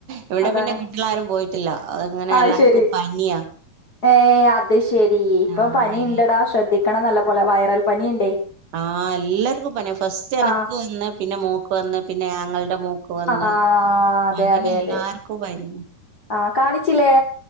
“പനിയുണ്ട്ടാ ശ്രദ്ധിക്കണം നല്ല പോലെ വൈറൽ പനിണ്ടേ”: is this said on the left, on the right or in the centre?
Left